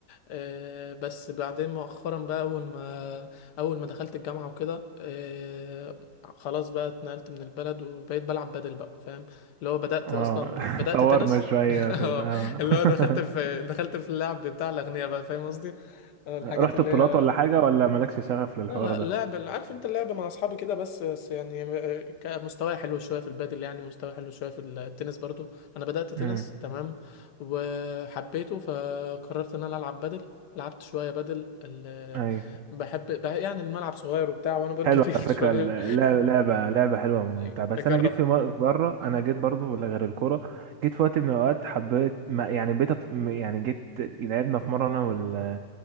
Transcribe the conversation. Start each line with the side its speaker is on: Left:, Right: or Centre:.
Left: أه بس بعدين مؤخرا بقى أول ما أول ما دخلت الجامعة وكده أه خلاص بقى اتنقلت من البلد وبقيت بلعب بدل بقى فاهم اللي هو بدأت
Right: اه
Left: أصلا
Right: <laughs>
Left: بدأت
Right: طورنا
Left: تنس
Right: شويه
Left: <laughs> اه
Right: في ال- اه
Left: اللي
Right: <laughs>
Left: هو دخلت في دخلت في اللعب بتاع الأغنياء بقى فاهم قصدي اه الحاجات
Right: رحت
Left: اللي
Right: بطولات
Left: هي
Right: ولا حاجة ولا مالكش شغف للحوار
Left: لا لا
Right: ده
Left: لعبة عارف انت اللعبة مع اصحابي كده بس, بس يعني كمستوى حلو شوية في البادل يعني ومستوى حلو شوية في التنس برضو انا بدأت تنس
Right: امم
Left: تمام وحبيته فقررت ان انا العب بادل لعبت شوية بادل ال...
Right: ايوه
Left: بحب بح- يعني الملعب صغير وبتاع وانا برضو
Right: حلوة
Left: تقيل
Right: على فكرة
Left: شوية
Right: اللعبة لعبة لعبة حلوة وممتعة
Left: <laughs>
Right: بس
Left: اجرب
Right: أنا جيت في م- مرة أنا جيت برضو ولا غير الكورة جيت في وقت من الأوقات حبيت ما يعني بقيت أت- م- يعني جيت لعبنا في مرة أنا وال...